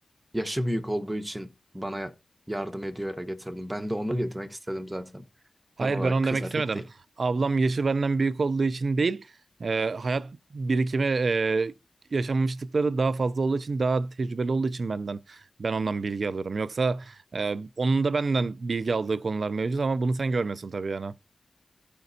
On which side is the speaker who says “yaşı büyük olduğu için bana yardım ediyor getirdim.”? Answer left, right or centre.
Right